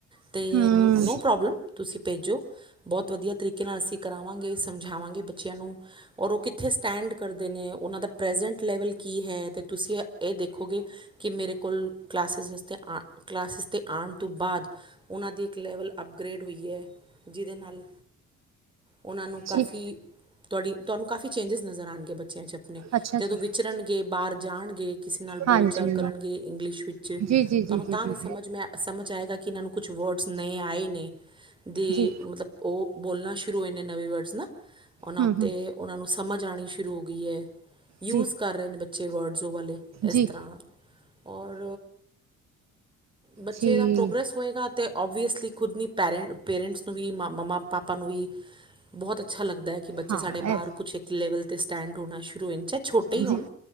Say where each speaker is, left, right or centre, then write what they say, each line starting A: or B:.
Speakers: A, on the right; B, on the right.
A: ਅਤੇ
B: ਹੂੰ
A: ਨੋ ਪ੍ਰੋਬਲਮ ਤੁਸੀਂ ਭੇਜੋ। ਬੋਤ ਵਧੀਆ ਤਰੀਕੇ ਨਾਲ ਅਸੀਂ ਕਰਾਵਾਂਗੇ ਸਮਝਾਵਾਂਗੇ ਬੱਚਿਆਂ ਨੂੰ ਔਰ ਉ ਕਿੱਥੇ ਸਟੈਂਡ ਕਰਦੇ ਨੇ ਉਨਾਂ ਦਾ ਪ੍ਰੈਜੈਂਟ ਲੈਵਲ ਕੀ ਹੈ ਤੇ ਤੁਸੀਂ ਇਹ ਦੇਖੋਗੇ ਕਿ ਮੇਰੇ ਕੋਲ ਕਲਾਸਿਸ ਅਸਤੇ ਆ ਕਲਾਸਿਸ 'ਤੇ ਆਣ ਤੋਂ ਬਾਦ ਓਨਾਂ ਦੀ ਇੱਕ ਲੈਵਲ ਅਪਗ੍ਰੇਡ ਹੋਈ ਏ ਜਿਹਦੇ ਨਾਲ ਓਨਾਂ ਨੂੰ ਕਾਫੀ
B: ਠੀਕ
A: ਤੁਆਡੀ ਤੁਹਾਨੂੰ ਕਾਫ਼ੀ ਚੇਂਜਿਸ ਨਜ਼ਰ ਆਣਗੇ ਬੱਚਿਆਂ ਚ ਆਪਣੇ
B: ਅੱਛਾ
A: ਜਦੋਂ
B: ਜੀ
A: ਵਿਚਰਨਗੇ ਬਾਰ ਜਾਣਗੇ ਕਿਸੇ ਨਾਲ
B: ਹਾਂਜੀ
A: ਬੋਲਚਾਲ ਕਰਨਗੇ ਇੰਗਲਿਸ਼ ਵਿੱਚ
B: ਜੀ ਜੀ ਜੀ
A: ਤੁਾਨੂੰ
B: ਜੀ
A: ਤਾਂ
B: ਜੀ ਜੀ
A: ਵੀ ਸਮਝ ਮੈਂ ਸਮਝ ਆਏਗਾ ਕਿ ਏਨਾਂ ਨੂੰ ਕੁਛ ਵਰਡਸ ਨਏ ਆਏ ਨੇ ਦੇ
B: ਜੀ
A: ਮਤਲਬ ਉ ਬੋਲਣਾ ਸ਼ੁਰੂ ਇਨੇ ਨਵੇਂ ਵਰਡਸ ਨਾ ਓਨਾਂ
B: ਹੂੰ
A: ਉੱਤੇ
B: ਹੂੰ
A: ਓਨਾਂ ਨੂੰ ਸਮਝ ਆਉਣੀ ਸ਼ੁਰੂ ਹੋ ਗਈ ਏ ਯੂਜ਼
B: ਜੀ
A: ਕਰ ਰਹੇ ਨੇ ਬੱਚੇ ਵਰਡਜ਼ ਉਹ ਵਾਲੇ ਇਸ
B: ਜੀ
A: ਤਰ੍ਹਾਂ ਔਰ ਬੱਚੇ
B: ਜੀ
A: ਦਾ ਪ੍ਰੋਗਰੈਸ ਹੋਏਗਾ ਤੇ, ਓਬ ਵੀ ਅਸਲੀ ਖੁਦ ਨੀ ਪੈਰੈਂ ਪੇਰੈਂਟਸ ਨੂੰ ਵੀ ਮ ਮੰਮਾ ਪਾਪਾ ਨੂੰ ਵੀ ਬੋਤ ਅੱਛਾ ਲੱਗਦਾ ਏ, ਕਿ ਬੱਚੇ
B: ਹਾਂ
A: ਸਾਡੇ ਬਾਰ
B: ਐ-
A: ਕੁਛ ਇੱਕ ਲੈਵਲ, 'ਤੇ ਸਟੈਂਡ ਹੋਣਾ ਸ਼ੁਰੂ ਹੋ ਜਾ ਚਾਹੇ ਛੋਟੇ ਹੋਣ
B: ਜੀ